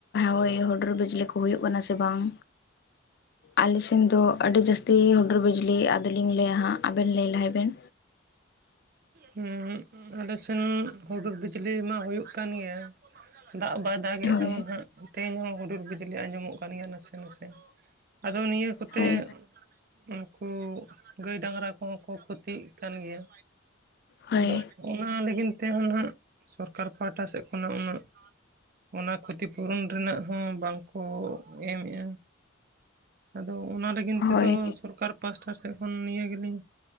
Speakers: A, on the left; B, on the right.
A: ᱦᱳᱭ ᱦᱩᱰᱩᱨ ᱵᱤᱡᱽᱞᱤ ᱠᱚ ᱦᱩᱭᱩᱜ ᱠᱟᱱᱟ ᱥᱮ ᱵᱟᱝ? ᱟᱞᱮ ᱥᱮᱱ ᱫᱚ ᱟᱹᱰᱤ ᱡᱟᱹᱥᱛ ᱛᱤ ᱦᱩᱰᱩᱨ ᱵᱤᱡᱞᱤ ᱟᱫᱚᱞᱤᱧ ᱞᱟᱹᱭᱟ ᱦᱟᱸᱜ ᱟᱵᱮᱱ ᱞᱟᱹᱭ ᱞᱟᱦᱟᱭ ᱵᱮᱱ᱾
B: ᱦᱩᱸ ᱟᱞᱮ ᱥᱮᱱ ᱦᱩᱰᱩᱨ ᱵᱤᱡᱽᱞᱤ ᱢᱟ ᱦᱩᱭᱩᱜ ᱠᱟᱱ ᱜᱮᱭᱟ᱾ ᱫᱟᱜ ᱵᱟᱭ ᱫᱟᱜ ᱮᱫ
A: ᱦᱳᱭ
B: ᱨᱮᱦᱚᱸ ᱦᱟᱸᱜ ᱛᱮᱦᱮᱧ ᱦᱚᱸ ᱦᱩᱰᱩᱨ ᱵᱤᱡᱽᱞᱤ ᱟᱸᱡᱚᱢᱚᱜ ᱠᱟᱱ ᱜᱮᱭᱟ ᱱᱟᱥᱮ ᱱᱟᱥᱮ᱾ ᱟᱫᱚ ᱱᱤᱭᱟᱹ ᱠᱚᱛᱮ
A: ᱦᱳᱭ
B: ᱩᱱ ᱠᱚ ᱜᱟᱹᱭ ᱰᱟᱝᱨᱟ ᱠᱚᱦᱚᱸ ᱠᱚ ᱠᱷᱚᱛᱤᱜ ᱠᱟᱱ ᱜᱮᱭᱟ
A: ᱦᱳᱭ
B: ᱟᱫᱚ ᱚᱱᱟ ᱞᱟᱹᱜᱤᱫ ᱛᱮᱦᱚᱸ ᱱᱟᱸᱜ ᱥᱚᱨᱠᱟᱨ ᱯᱟᱦᱴᱟ ᱥᱮᱫ ᱠᱷᱚᱱᱟᱜ ᱩᱱᱟᱹᱜ ᱚᱱᱟ ᱠᱷᱚᱛᱤ ᱯᱩᱨᱚᱱ ᱨᱮᱱᱟᱜ ᱦᱚᱸ ᱵᱟᱝᱠᱚ ᱮᱢ ᱮᱜᱼᱟ᱾ ᱟᱫᱚ ᱚᱱᱟ ᱞᱟᱹᱜᱤᱱ
A: ᱦᱳᱭ
B: ᱛᱮᱫᱚ ᱥᱚᱨᱠᱟᱨ ᱯᱟᱥᱴᱟ ᱴᱷᱮᱱ ᱠᱷᱚᱱ ᱱᱤᱭᱟᱹ ᱜᱮᱞᱤᱧ